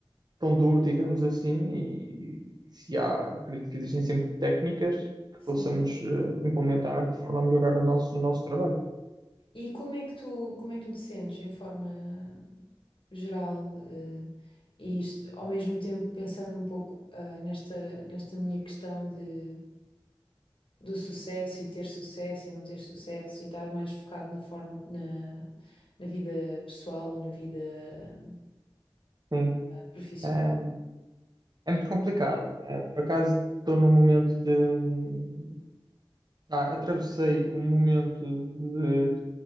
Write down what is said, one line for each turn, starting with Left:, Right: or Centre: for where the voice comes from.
Right: tão duro, digamos assim, e, se há, acredito que existem sempre técnicas que
Left: Sim.
Right: possamos eh, implementar de forma a melhorar o nosso, o nosso trabalho.
Left: E como é que tu, como é que tu te sentes em forma geral, eh, e isto, ao mesmo tempo pensando um pouco, ah, nesta, nesta minha questão de, do sucesso e ter sucesso e não ter sucesso e estar mais focado na forma, na, na vida pessoal ou na vida
Right: Sim,
Left: profissional.
Right: eh, é, muito complicado. Eh, por acaso estou num momento de, Ah, atravessei um momento de,